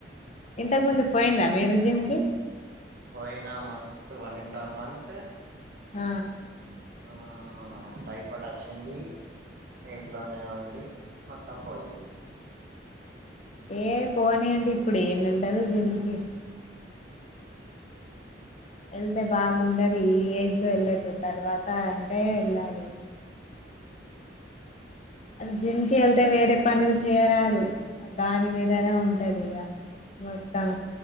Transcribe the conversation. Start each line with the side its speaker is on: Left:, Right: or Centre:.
Left: ఇంతకు ముందు పోయినరా మీరు జిమ్కి
Right: పోయినా మస్తు వన్ అండ్ హఫ్ మంత్
Left: హ
Right: ఆ టైఫాయిడ్ వచ్చింది ఇంట్లోనే
Left: ఆ.
Right: ఉండి మొత్తం పోయింది
Left: ఏ పోనీ అండి ఇప్పుడు ఏం వెళ్తారు జిమ్కిి వెళ్తే బాగుండదు ఈ ఏజ్ లో వెళ్ళొద్దు తర్వాత అంటే వెళ్ళాలి అది జిమ్ కి వెళ్తే వేరే పనులు చేయరాదు దాని మీదనే ఉంటది ఇక మొత్తం